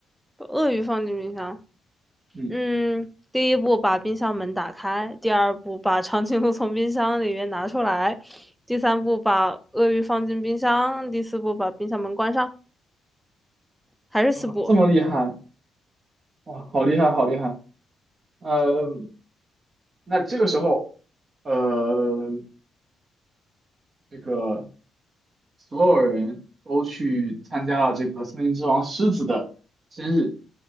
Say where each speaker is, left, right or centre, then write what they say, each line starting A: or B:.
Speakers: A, in the centre; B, on the right.
A: 把鳄鱼放进冰箱。
B: 嗯，
A: 嗯，第一步把冰箱门打开，第二步把长颈鹿从冰箱里面拿出来，第三步把鳄鱼放进冰箱，第四步把冰箱门关上，还是四步。
B: 啊，这么厉害，哇，好厉害，好厉害。呃，那这个时候，呃，这个。所有人都去参加了这个森林之王狮子的生日。